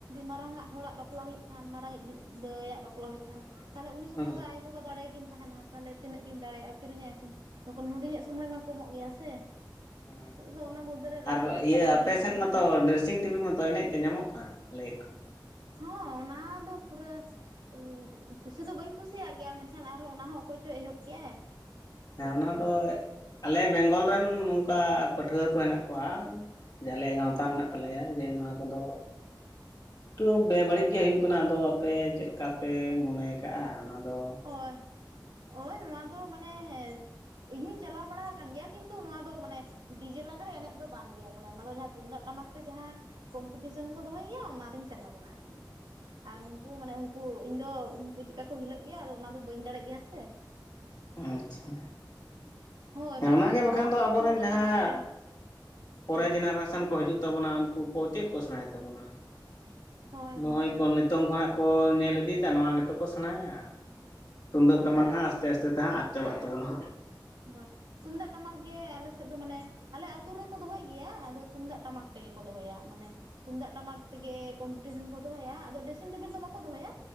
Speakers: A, on the right; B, on the left.
A: ᱢᱟᱨᱟᱝ ᱟᱜ ᱦᱚᱲᱟᱜ ᱵᱟᱯ ᱵᱟᱯᱞᱟ ᱦᱩᱭᱩᱜ ᱠᱷᱟᱱ ᱢᱟᱨᱟᱝ ᱤᱡ ᱫᱟᱹᱭᱟᱜ ᱵᱟᱯᱞᱟ ᱦᱩᱭᱩᱜ ᱠᱟᱱ ᱛᱟᱦᱚᱞᱮ ᱩᱱᱤ ᱥᱚᱢᱚᱭ
B: ᱦᱮᱸ
A: ᱫᱚ ᱟᱭᱳ ᱵᱟᱵᱟ ᱫᱟᱲᱮᱭ ᱠᱤᱱ ᱛᱟᱦᱮᱱᱟ ᱛᱟᱦᱚᱞᱮ ᱛᱤᱱᱟᱹᱜ ᱠᱤᱱ ᱫᱟᱲᱮᱭᱟᱜᱼᱟ ᱠᱤᱨᱤᱧᱟᱭᱠᱤᱱ ᱢᱩᱸᱠᱩᱴ ᱢᱚᱱᱤ ᱦᱮᱪ ᱥᱚᱢᱚᱭ ᱢᱟ ᱠᱚᱢᱚᱜ ᱜᱮᱭᱟ ᱥᱮ
B: ᱦᱮᱸ
A: ᱟᱫᱚ ᱚᱱᱟ ᱢᱚᱫᱽᱫᱷᱮ ᱨᱮ ᱨᱟᱹᱜᱤ
B: ᱟᱨ
A: ᱟᱹᱲᱤᱥ
B: ᱤᱭᱟᱹ
A: ᱛᱟᱦᱮᱱᱟ
B: ᱟᱯᱮ ᱥᱮᱫ ᱢᱟᱛᱚ ᱰᱨᱮᱥᱤᱝ ᱴᱮᱵᱤᱞ ᱢᱟᱛᱚ ᱮᱱᱮᱡ ᱛᱮ ᱧᱟᱢᱚᱜ ᱠᱟᱱ ᱞᱟᱹᱭ ᱠᱚ
A: ᱦᱚᱸ ᱚᱱᱟ ᱫᱚ ᱯᱩᱨᱟᱹ ᱩᱸ ᱠᱩᱥᱤ ᱫᱚ ᱵᱟᱹᱧ ᱠᱩᱥᱤᱭᱟᱜ ᱜᱮᱭᱟ ᱢᱮᱱᱠᱷᱟᱱ ᱟᱨᱦᱚᱸ ᱱᱟᱸᱦᱟᱜ ᱯᱚᱨᱡᱚᱱᱛ <inaudible> ᱮᱦᱚᱵ ᱠᱮᱭᱟᱭ
B: ᱦᱮᱸ ᱚᱱᱟ ᱫᱚ ᱟᱞᱮ ᱵᱮᱝᱜᱚᱞ ᱨᱮᱱ ᱱᱚᱝᱠᱟ ᱯᱟᱹᱴᱷᱩᱣᱟᱹ ᱠᱚ ᱦᱮᱱᱟᱜ ᱠᱚᱣᱟ ᱡᱮ ᱟᱞᱮᱭᱟᱜ ᱜᱟᱶᱛᱟ
A: ᱦᱚᱸ
B: ᱢᱮᱱᱟᱜ ᱛᱟᱞᱮᱭᱟ ᱡᱮ ᱱᱚᱣᱟ ᱠᱚᱫᱚ ᱛᱚ ᱵᱮᱵᱟᱹᱲᱤᱡ ᱜᱮ ᱦᱩᱭᱩᱜ ᱠᱟᱱᱟ ᱟᱫᱚ ᱟᱯᱮ ᱪᱮᱫᱞᱮᱠᱟ ᱯᱮ ᱢᱚᱱᱮ ᱠᱟᱜᱼᱟ ᱚᱱᱟ ᱫᱚ
A: ᱦᱳᱭ ᱳᱭ ᱱᱚᱣᱟ ᱫᱚ ᱢᱟᱱᱮ ᱤᱧ ᱦᱚᱸᱩᱧ ᱪᱟᱞᱟᱣ ᱵᱟᱲᱟ ᱟᱠ ᱠᱟᱱ ᱜᱮᱭᱟ ᱠᱤᱱᱛᱩ ᱱᱚᱣᱟ ᱫᱚ ᱢᱟᱱᱮ ᱰᱤᱡᱮ ᱞᱟᱜᱽᱲᱮ ᱮᱱᱮᱡ ᱫᱚ ᱵᱟᱝᱜᱮ ᱢᱟᱱᱮ ᱚᱱᱟ ᱫᱚ ᱛᱩᱢᱫᱟᱜ ᱴᱟᱢᱟᱠ ᱴᱟᱢᱟᱠ ᱛᱮ ᱡᱟᱸᱦᱟ ᱠᱚᱢᱯᱤᱴᱤᱥᱚᱱ ᱠᱚ ᱫᱚᱦᱚᱭ ᱜᱮᱭᱟ ᱚᱱᱟᱨᱤᱧ ᱪᱟᱞᱟᱣ ᱵᱟᱲᱟ ᱟᱠᱟᱱᱟ ᱟᱨ ᱩᱱᱟᱱ ᱢᱟᱱᱮ ᱩᱱᱠᱩ ᱤᱧ ᱫᱚ ᱩᱱᱠᱩ ᱪᱮᱫᱮᱠᱟ ᱠᱚ ᱦᱤᱞᱟᱹᱜ ᱜᱮᱭᱟ ᱟᱫᱚ ᱚᱱᱟ ᱫᱚ ᱵᱟᱹᱧ ᱫᱟᱲᱮᱭᱟᱜ ᱜᱮᱭᱟ ᱥᱮ
B: ᱟᱪᱪᱷᱟ
A: ᱦᱳᱭ
B: ᱦᱮᱸ
A: ᱢᱟᱱᱮ
B: ᱚᱱᱟᱜᱮ ᱵᱟᱠᱷᱟᱱ
A: ᱚᱱᱟ
B: ᱫᱚ ᱟᱵᱚᱨᱮᱱ
A: ᱛᱩᱢᱫᱟᱜ
B: ᱡᱟᱦᱟᱸ
A: ᱴᱟᱢᱟᱠ ᱛᱮ
B: ᱯᱚᱨᱮ
A: ᱦᱚᱸ
B: ᱡᱮᱱᱟᱨᱮᱥᱚᱱ ᱠᱚ ᱦᱤᱡᱩᱜ ᱛᱟᱵᱚᱱᱟ ᱱᱩᱠᱩ ᱠᱚ ᱪᱮᱫ ᱠᱚ ᱥᱮᱬᱟᱭ ᱛᱟᱵᱚᱱᱟ
A: ᱦᱳᱭ
B: ᱱᱚᱜᱼᱚᱭ
A: ᱦᱳᱭ
B: ᱠᱚ ᱱᱤᱛᱚᱝ ᱠᱷᱚᱱᱟᱜ ᱠᱚ ᱧᱮᱞ ᱞᱟᱹᱱᱫᱤᱛᱮ ᱱᱚᱣᱟ ᱜᱮ ᱠᱚ ᱥᱮᱬᱟᱭᱟ ᱛᱩᱢᱫᱟᱹᱜ
A: ᱦᱳᱭ
B: ᱴᱟᱢᱟᱠ ᱦᱟᱸᱜ ᱟᱥᱛᱮ ᱟᱥᱛᱮ ᱛᱮ ᱦᱟᱸᱜ ᱪᱟᱵᱟᱜ ᱛᱟᱵᱚᱱᱟ
A: ᱦᱳᱭ ᱛᱩᱢᱫᱟᱜ ᱴᱟᱢᱟᱠ ᱜᱮ ᱟᱞᱮᱮᱥᱮᱫ ᱫᱚ ᱢᱟᱱᱮ ᱟᱞᱮ ᱟᱛ ᱨᱮᱠᱚ ᱫᱚᱦᱚᱭ ᱜᱮᱭᱟ ᱟᱫᱚ ᱛᱩᱢᱫᱟᱜ ᱴᱟᱢᱟᱠ ᱜᱮ ᱫᱚᱦᱚᱭᱟ ᱢᱟᱱᱮ ᱛᱩᱢᱫᱟᱜ ᱴᱟᱢᱟᱠ ᱛᱮᱜᱮ ᱠᱚᱢᱯᱤᱴᱤᱥᱚᱱ ᱠᱚ ᱫᱚᱦᱚᱭᱟ ᱟᱫᱚ ᱰᱮᱥᱤᱝ ᱴᱮᱵᱤᱞ ᱫᱚ ᱵᱟᱠᱚ ᱫᱚᱦᱚᱭᱟ